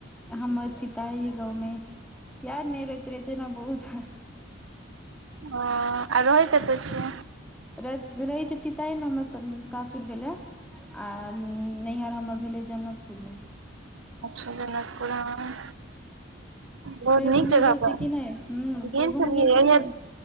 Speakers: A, in the centre; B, on the right.
A: हमर छी पाही गाँव में याद नहि रहैत रहै छै ने बहुत
B: ओ आ रहै कतऽ छियै।
A: रहय रहै छी चितहि में हमर सासुर भेले आ नैहर हमर भेलै जनकपुर में।
B: अच्छा जनकपुर में। बहुत
A: कहियो
B: नीक
A: घूमय
B: जगह
A: गेल
B: पर
A: छी कि नहि ह
B: गेल
A: कहियो घूमय
B: छलिये या
A: छी कि
B: इहा
A: नहि